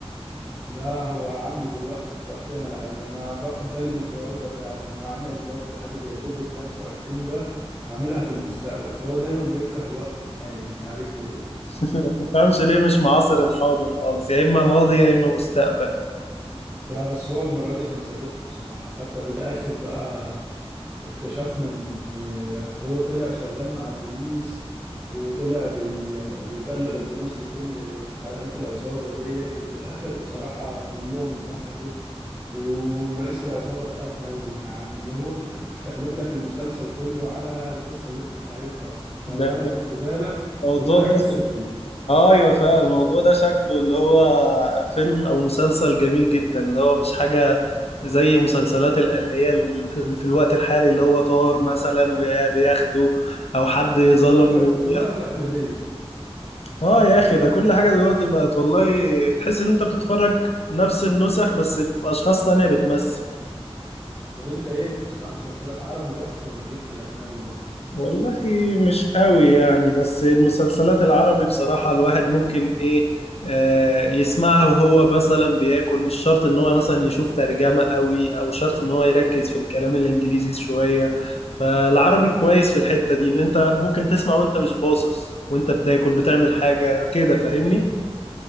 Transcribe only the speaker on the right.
لا هو عامله دلوقتي في وقتنا العادي انا باخد بالي من الحوار ده فعلا هو عامل برضو حاجة زي كوفيد 25 ده عاملها في المستقبل فهو دايما بيكره الوقت الحالي مش عارف ليه
لا بس هو المرة دي كان ظابطها بصراحة حتى في الآخر بقى اكتشفنا ان هو طلع شغال مع البوليس وطلع بي بيبلغ البوليس بكل حركات العصابة ديت وفي الآخر بصراحة كلهم اتمسكوا ورئيس العصابة اتقتل ويعني اللي هو في الآخر شقلب لك المسلسل كله على القصة اللي انت كنت عارفها أصلا رماها
لك في الزبالة
وطلع
قصة جديدة
بقت كلها
تقليدية
طب انت ايه بتسمع مسلسلات عربي بس ولا ليك في الأجنبي برضه؟